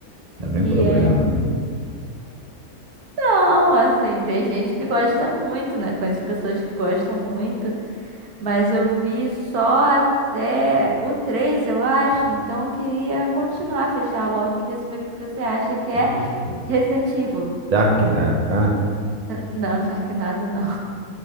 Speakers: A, on the right; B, on the right.
A: tá bem
B: Que
A: problema,
B: é.
A: né?
B: Não, assim, tem gente que gosta muito, né? Conheço pessoas que gostam muito. Mas eu vi só até o 3 eu acho. Então eu queria continuar, fechar logo. Queria saber o que que você acha que é
A: Isso.
B: Resident Evil.
A: Dark Data, ah,
B: <laughs> Não, Sharknado não.